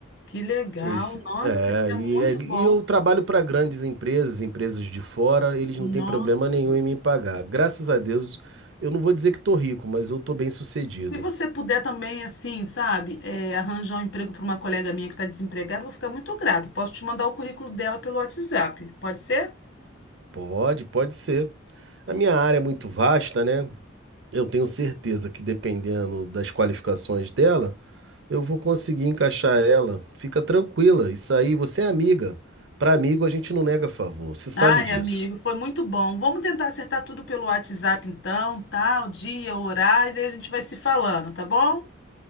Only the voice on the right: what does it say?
Esse,
é,
e,
é- e
eu trabalho para grandes empresas, empresas de fora, eles
não têm problema nenhum em me pagar. Graças a Deus, eu não vou dizer que tô rico, mas eu tô bem sucedido.
Pode, pode ser. A minha área é muito vasta, né? Eu tenho certeza que dependendo das qualificações dela, eu vou conseguir encaixar ela. Fica tranquila, isso aí, você é amiga. Para amigo a gente não nega favor, você sabe
disso.